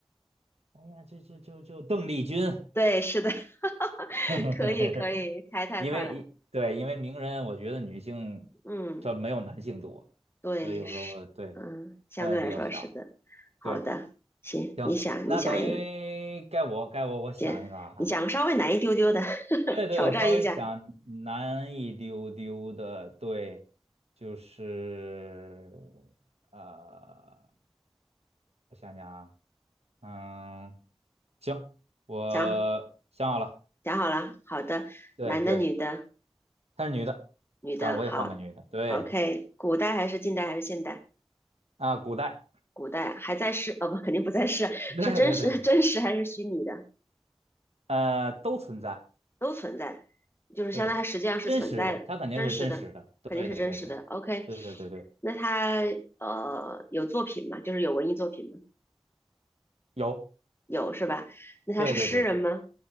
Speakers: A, on the right (about 85°); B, on the left (about 20°).
A: 哎呀，这这就就邓丽君，
B: 对，是的，<laughs>
A: <laughs> 嘿嘿嘿嘿
B: 可以可以，猜太快了，
A: 因为对，因为名人，我觉得女性
B: 嗯，
A: 这没有男性多，
B: 对，
A: 所以有时候对
B: 是，嗯，相对来说是的，
A: 范围比较小。
B: 好的，
A: 对，
B: 行，
A: 行，
B: 你想你想一个，
A: 那等于该我该我我想一个啊。
B: 姐，你想个稍微难一丢丢的，<laughs>
A: 对对，
B: 挑战一下，
A: 我稍微想难一丢丢的，对，就是呃，我想想啊，嗯，行，我想好了，
B: 想好想好了，好的，
A: 对对，
B: 男的女的。
A: 她是女的，
B: 女的，
A: 咱我也换个女的，
B: 好
A: 对
B: ，OK，古代还是近代还是现代？
A: 啊，古代，
B: 古代还在世，哦不，肯定不在世，
A: 对对对对，
B: 是真实 <laughs> 真实还是虚拟的？
A: 呃，都存在，
B: 都存在，就是相当于它实际上是存在的，
A: 对，真实的，她肯定是真实的，
B: 真实的，肯定是真实的。
A: 对对对对
B: OK，
A: 对对对对，
B: 那他呃有作品吗？就是有文艺作品吗？
A: 有，
B: 有是吧？那他是诗人吗？
A: 对对对对，